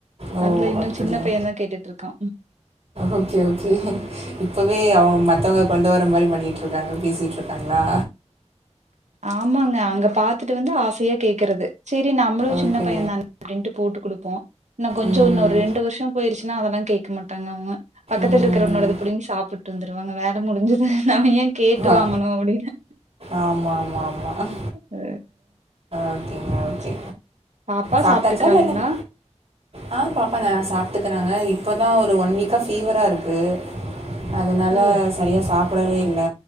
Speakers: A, on the right (about 55°); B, on the right (about 75°).
A: ஓ
B: அதுலா இன்னு
A: அப்படியா
B: சின்ன பையந்தா கேட்டுட்ருக்கா
A: ஓகே ஓகே இப்பவே அவ மத்தவங்க கொண்டு வர மாரி ம ண்ணிட்ருக்காங்க பேசிட்ருக்காங்ளா
B: ஆமாங்க அங்க பாத்துட்டு வந்து ஆசையா கேக்கறது செரி நம்மளு
A: ஓகே
B: சின்ன பையந்தா <inaudible> அப்டின்ட்டு போட்டு குடுப்போ இன்னு கொஞ்சோ
A: ம்
B: இன்னு ஒரு ரெண்டு வருஷோ போயிருச்சு னா அதல்லா கேக்க மாட்டாங்க அவுங்க பக்கத்துல
A: ம்
B: இருக்கறவனோடத புடிங்கி சாப்புட்டு வந்துருவாங்க வேல முடிஞ்சுது நம்ம ஏ கேட்டு
A: ஆ
B: வாங்கணு அப்டினு
A: ஆமாம் ஆமாம் ஆமாம்
B: அ
A: ஓகேங்க
B: ம்
A: ஓகே
B: ச் பாப்பா
A: சாப்பிட்டாச்சா
B: சாப்ட்டுக்றாளுங்ளா
A: இல்லை இன்னும் ஆ பாப்பா நலா சாப்ட்டுக்கறாங்க இ ப்பதா ஒரு ஒன் வீக்கா ஃபீவராருக்கு அதனால
B: ஓ
A: சரியா சாப்படவே இல்ல